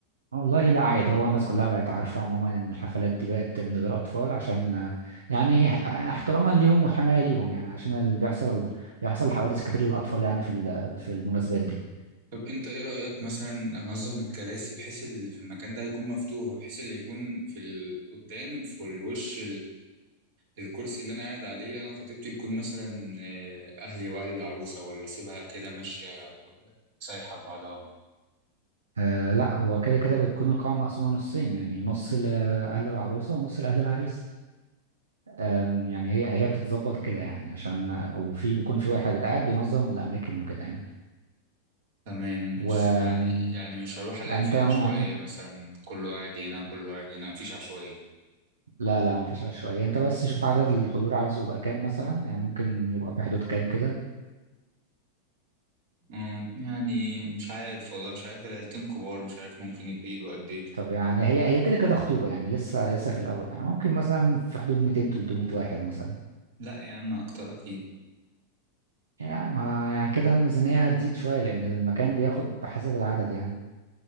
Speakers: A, on the right; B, on the right.
A: والله لا عادي هو الناس كلها بقت عارفة عموما إن الحفلات دي بقت من غير أطفال عشان آه، يعني ح- احتراما ليهم وحماية ليهم يعني عشان اللي بيحصل بيحصل حوادث كتير للأطفال يعني في ال- في المناسبات دي
B: طب انت ايه رأيك مثلا انظم الكراسي بحيث اللي في المكان ده يكون مفتوح بحيث اللي يكون في ال- قدام في الوش الكرسي اللي انا قاعد عليه انا وخطيبتي يكون مثلا آه، اهلي واهل العروسه ولا سيبها كده ماشيه سايحه ببعضها
A: أه لا هو كده كده بتكون القاعة مقسومة نصين يعني نص لأهل العروسة ونص لأهل العريس أم، يعني هي هي بتتظبط كده يعني عشان وفي بيكون في واحد قاعد بينظم الاماكن وكده يعني
B: تمام
A: و
B: مش
A: أم،
B: يعني يعني مش هروح الاقي
A: يعني
B: فيها
A: انت عموماً
B: عشوائيه
A: يعني
B: مثلا كله قاعد هنا كله قاعد هنا مفيش عشوائيه
A: لا لا ما فيش عشوائيه يعني انت بس شوف عدد الحضور عاوز يبقى كام مثلا يعني ممكن يبقى في حدود كام كده
B: آه، يعني مش عارف والله مش عارف العيلتين كبار مش عارف ممكن يبقى يجوا قد ايه
A: طب يعني هي هي كده كده خطوبه يعني لسه لسه في الاول يعني ممكن مثلا في حدود 200 300 واحد مثلا
B: لا يا عم اكتر اكيد
A: يعني ما يعني كده الميزانيه هتزيد شويه لان المكان بياخد بحسب العدد يعني